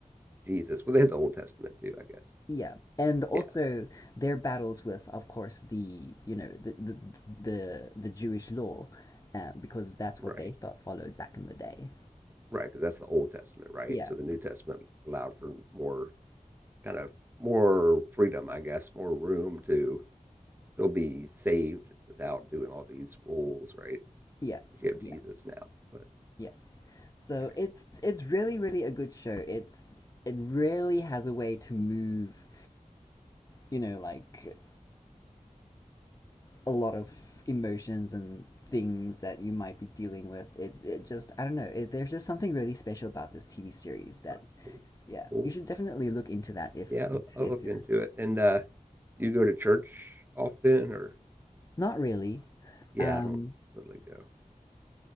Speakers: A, on the right; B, on the left.
A: Jesus. Well, they had the Old Testament too, I guess.
B: yeah. And also
A: Yeah,
B: their battles with, of course, the you know the the the, the Jewish law, uh, because that's
A: right,
B: what they fo- followed back in the day.
A: right. Because that's the Old Testament, right?
B: Yeah,
A: So the New Testament allowed for more kind of more freedom, I guess, more room to still be saved without doing all these rules, right?
B: yeah,
A: You have
B: yeah,
A: Jesus now, but
B: yeah. So
A: all right,
B: it's it's really really a good show. It's it really has a way to move, you know, like a lot of emotions and things that you might be dealing with. It it just I don't know. It, there's just something really special about this TV series that
A: that's cool.
B: Yeah,
A: Cool.
B: you should definitely look into that if
A: Yeah, I'll,
B: if
A: I'll
B: if
A: look
B: you're
A: into it. And uh, do you go to church often or?
B: not really.
A: Yeah,
B: Um,
A: I don't really go.